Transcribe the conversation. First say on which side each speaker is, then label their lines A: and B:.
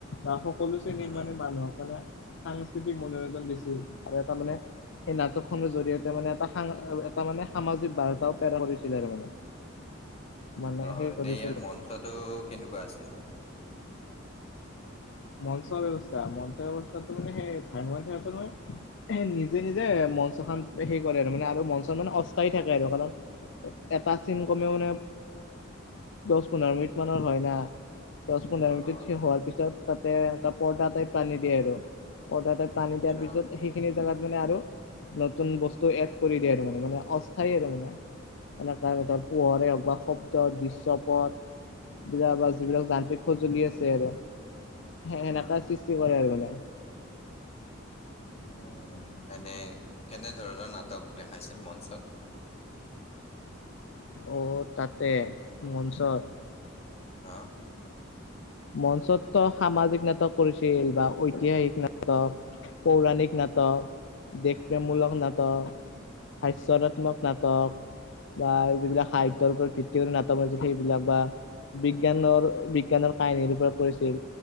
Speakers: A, on the left; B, on the left.
A: বা সকলো শ্ৰেণীৰ
B: উম উম।
A: মানে মানুহক মানে সাংস্কৃতিক মনোৰঞ্জন দিছিল আৰু এটা মানে সেই নাটক খনৰ জৰিয়তে মানে এটা এটা মানে সামাজিক বাৰ্তাও পেৰা কৰিছিলে আৰু মানে। মানে
B: অ
A: সেই
B: এনেই
A: কৰিছিল
B: ইয়াৰ মঞ্চটো কেনেকুৱা আছিল?
A: মঞ্চৰ ব্যৱস্থা ম ব্যৱস্থাতটো মানে সেই ভাম্য নিজে নিজে মঞ্চখন হে কৰে আৰু, মানে আৰু মঞ্চ মানে অস্থায়ী থাকে আৰু কাৰণ এটা চিন কমেও মানে দহ-পোন্ধৰ মিনিট মানৰ হয় না, দহ-পোন্ধৰ
B: অ'
A: মিনিট
B: অ'
A: থিও হোৱাৰ পিছত তাতে এনে পৰ্দা টাই টানী দিয়ে আৰু। পৰ্ডা টাইপ টানি
B: আচ্ছা।
A: দিয়াৰ পিছত সেই সেইখিনি জোগাত মানে আৰু নতুন বস্তু এড কৰি দিয়ে আৰু মানে মানে অস্থায়ী আৰু মানে। এনেকাণতে হওঁক পোহৰে হওক বা শব্দ দৃশ্যপথ বিলাক বা যিবিলাক যান্ত্ৰিক সঁজুলি আছে আৰু সেনেকা
B: উম,
A: সৃষ্টি কৰে আৰু মানে।
B: উম এনে কেনে ধৰণৰ নাটক দেখাইছিল মঞ্চত?
A: অ তাতে, মনঞ্চত?
B: অ।
A: মঞ্চততো সামাজিক নাটক কৰিছিলোঁ বা ঐতিহাসিক নাটক পৌৰাণিক নাটক, দেশপ্ৰেমমূলক
B: অ'
A: না টক, হাস্যৰাত্মক নাটক, বা যিবিলাক সাহিত্যৰ ওপৰত ভিত্তি কৰি নাটক ৰছে সেইবিলাক বা বিজ্ঞানৰ-বিজ্ঞানৰ কাহিনীৰ ওপৰত কৰিছিল,